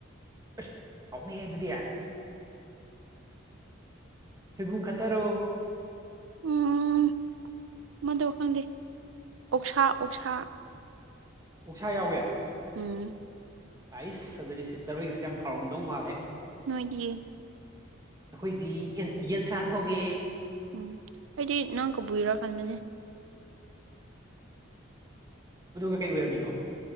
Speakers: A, on the right; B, on the right.
A: ꯑꯁ ꯍꯥꯎꯅꯤꯍꯦ ꯑꯗꯨꯗꯤ ꯐꯩꯕꯨꯡ ꯈꯠꯇꯔꯣ
B: ꯎꯝ ꯃꯗꯨ ꯈꯪꯗꯦ ꯑꯣꯛꯁꯥ ꯑꯣꯛꯁꯥ
A: ꯑꯣꯛꯁꯥ ꯌꯥꯎꯋꯦ
B: ꯎꯝ
A: ꯍꯩꯁ ꯑꯗꯨꯗꯤ ꯁꯤꯁꯇꯔ ꯍꯣꯏꯒꯤꯁꯦ ꯌꯥꯝ ꯍꯥꯎꯔꯝꯗꯧ ꯃꯥꯜꯂꯦ
B: ꯅꯣꯏꯒꯤ
A: ꯑꯈꯣꯏꯗꯤ ꯑ‌ꯦꯟ ꯌꯦꯟꯁꯥ ꯊꯣꯡꯉꯦ
B: ꯎꯝ ꯑꯩꯗꯤ ꯅꯪ ꯀꯥꯕꯨꯏꯔꯥ ꯈꯟꯕꯅꯦ
A: ꯑꯗꯨꯒ ꯀꯩ ꯑꯣꯏꯔꯝꯃꯤꯅꯣ